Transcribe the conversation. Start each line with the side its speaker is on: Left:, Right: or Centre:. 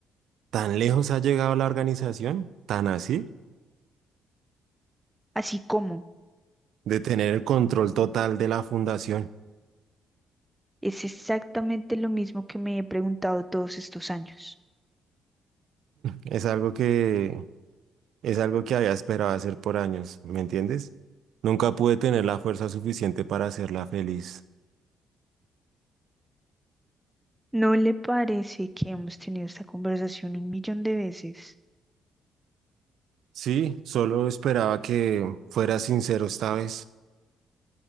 Right: ¿Tan lejos ha llegado la organización? ¿Tan así?
Centre: Así como
Right: De tener el control total de la fundación.
Centre: es exactamente lo mismo que me he preguntado todos estos años.
Right: Es algo que Es algo que había esperado hacer por años, ¿me entiendes? Nunca pude tener la fuerza suficiente para hacerla feliz.
Centre: ¿No le parece que hemos tenido esta conversación un millón de veces?
Right: Sí, solo esperaba que fuera sincero esta vez.